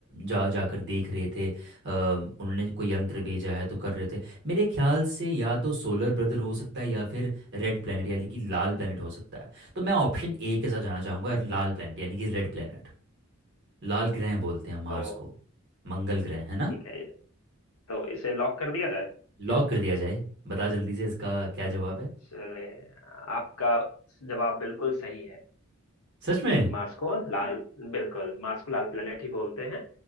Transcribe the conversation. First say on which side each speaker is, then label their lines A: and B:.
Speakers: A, on the right (about 55°); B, on the left (about 75°).
A: जा जाकर देख रहे थे अ, उन्होंने कोई यंत्र भेजा है तो कर रहे थे मेरे ख्याल से या तो सोलर ब्रदर हो सकता है या फिर रेड प्लैनेट यानी कि लाल प्लैनेट हो सकता है तो मैं ऑप्शन ए के साथ जाना चाहूँगा लाल प्लैनेट यानी कि रेड प्लैनेट लाल ग्रह बोलते हैं
B: तो
A: मार्स को मंगल ग्रह है ना
B: ठीक है तो इसे लॉक कर दिया जाए
A: लॉक कर दिया जाए बता जल्दी से इसका क्या जवाब है
B: चले आपका जवाब बिल्कुल सही है
A: सच में
B: मार्स को लाल बिल्कुल मार्स को लाल प्लेनेट ही बोलते हैं